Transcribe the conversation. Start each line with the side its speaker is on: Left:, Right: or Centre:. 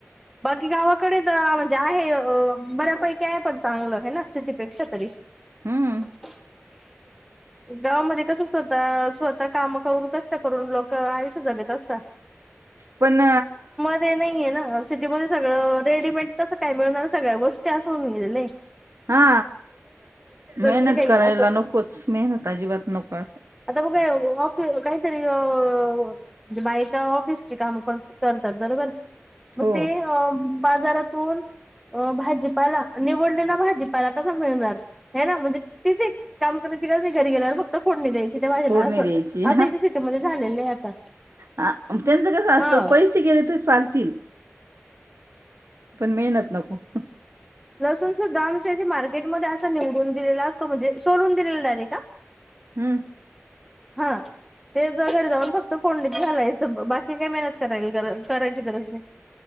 Centre: बाकी गावाकडे तर म्हणजे आहे बऱ्यापैकी आहे पण चांगलं आहे ना सिटीपेक्षा तरी.
Right: हम्म
Centre: <inaudible> गावामध्येध्ये कस स्वत स्वतः काम करून कष्ट करून लोक आयुष्य जगत असता. <inaudible>
Right: पण.
Centre: नाहीे ना सिटीमध्ये सगळं रेडीमेड तसं काय मिळणार सगळ्या गोष्टी अस होन गेले.
Right: हा मेहनत
Centre: नाही काही
Right: करायला
Centre: असं
Right: नकोच मेहनत अजिबात नको.
Centre: आता बघ काय ऑफि काहीतरी अ म्हणजे बायका ऑफिसची कामं पण करतात बरोबर. मग
Right: हो
Centre: ते बाजारातून अ भाजीपाला निवडले ना भाजीपाला कसा मिळणार. ह ना म्हणजे तिच काम कण्याची गरज नाही घरी गेल्यावर फक्त कोोडणी द्यायची त्या भाजेला
Right: फोडणी
Centre: असं.
Right: द्यायची
Centre: आता इथे सिटीमध्येध्ये झालेलं आहे आता.
Right: हा त्यांचं कसं
Centre: हा
Right: असतं पैसे घेणे ते चालतील. पण मेहनत नको.
Centre: लसूणचं दम ज आहे मार्केटमध्ये असं निवडून दिलेला असतो म्हणजे सोलून दिलेला डायरेट का.
Right: हम्म.
Centre: हा ते ज घर जाऊन फक्त फोंडीत झालायच बाकी काही मेहनत. करायला करायची गरज आहे.